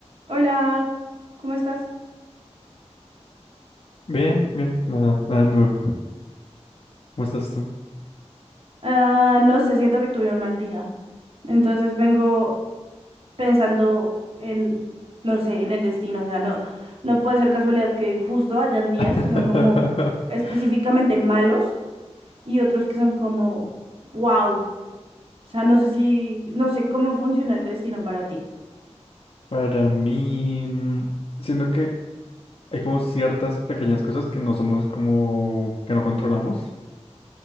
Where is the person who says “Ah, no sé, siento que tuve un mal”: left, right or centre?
Right